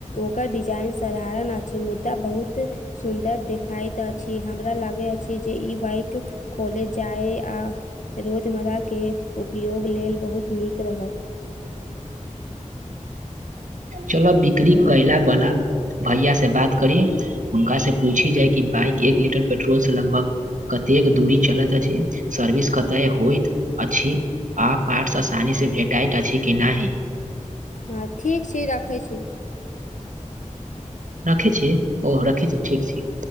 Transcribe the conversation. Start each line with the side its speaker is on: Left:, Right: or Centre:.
Left: ओकर डिजाइन साधारण अछि मुद्दा बहुत सुन्दर देखाइत अछि हमरा लागै अछि जे ई बाइक कॉलेज जाय आ रोजमर्राक के उपयोग लेल बहुत नीक रहत
Right: चल बिक्री कैला बला भैया से बात करी हुनका से पूछि जाइ कि बाइक एक लीटर पेट्रोल से लगभग कतेक दूरी चलैत अछि सर्विस कतय होइत अछि आ पारठस आसानी से भेटइत अछि कि नहि
Left: हँ ठीक छी राखै छी <inaudible>
Right: राखै छै ओह राखै छै ठीक छी